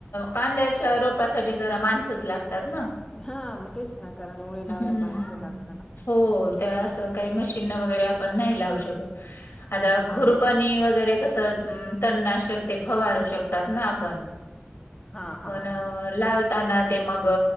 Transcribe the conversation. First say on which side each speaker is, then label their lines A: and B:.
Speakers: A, on the left (about 85°); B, on the left (about 20°).
A: कांद्याच्या रोपासाठी जरा माणसच लागतात ना
B: हा म तेच! ना कारण ओळे लावायला
A: हम्म
B: माणसं लागतात ना
A: हो ते असं काही मशीन वगैरे आपण न्हाय लावू शकत. आता खुरपणी
B: हा
A: वगैरे तसं तननाशक ते फवारू शकतात ना आपण
B: हा हा
A: पण
B: हा
A: लावताना ते मग